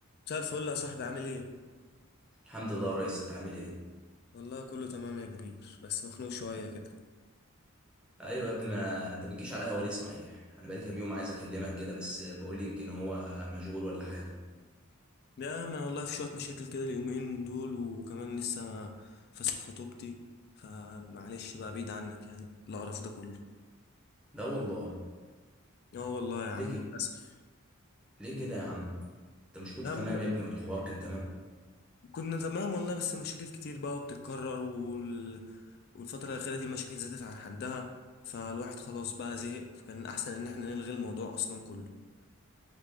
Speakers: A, on the left; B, in the centre.
A: مساء الفل يا صاحبي عامل ايه؟
B: الحمد لله يا ريس انت عامل ايه
A: والله كله تمام يا كبير بس مخنوق شوية كده
B: ايوه يا ابني ما انت بتجيش على القهوه ليه صحيح انا بقالي كام يوم عايز اكلمك كده بس بقول لي يمكن هو مشغول ولا حاجه
A: يا عم انا والله في شوية مشاكل كده اليومين دول وكمان لسه فاسخ خطوبتي فمعلش بقى بعيد عنك يعني القرف ده كله
B: لا والله
A: اه والله يا
B: ليه
A: عم للأسف
B: ك... ليه كده يا عم انت مش كنت
A: يا
B: تمام
A: عم
B: يا ابني والحوار كان تمام
A: كنا تمام والله بس مشاكل كتير بقى وبتتكرر وال... والفترة الأخيرة دي المشاكل زادت عن حدها فالواحد خلاص بقى زهق فكان أحسن إن احنا نلغي الموضوع أصلا كله